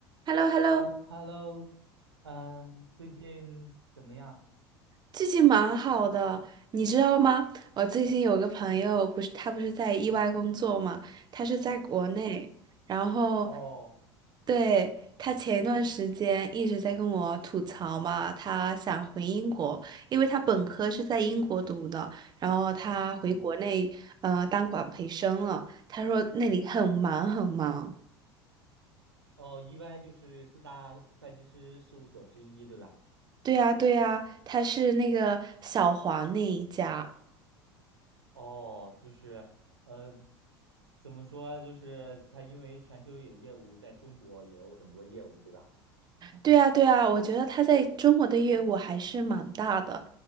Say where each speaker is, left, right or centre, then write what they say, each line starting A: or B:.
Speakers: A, on the right; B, on the right.
A: h e l l o h e l l o
B: h e l l o h e l l o 嗯，最近怎么样？
A: 最近蛮好的，你知道吗？我最近有个朋友，不是他不是在意外工作嘛，他是在国内，然后
B: 哦，
A: 对他前一段时间一直在跟我吐槽嘛，他想回英国，因为他本科是在英国读的，然后他回国内呃当管培生了，
B: 嗯，
A: 他说那里很忙很忙。
B: 哦，EY 就是四大会计师事务所之一，对吧？
A: 对呀，对呀，他是那个小黄那一家。
B: 哦，就是，呃，怎么说？就是他因为全球有业务，在中国也有很多业务，对吧？
A: 对啊，对啊，我觉得他在中国的业务还是蛮大的。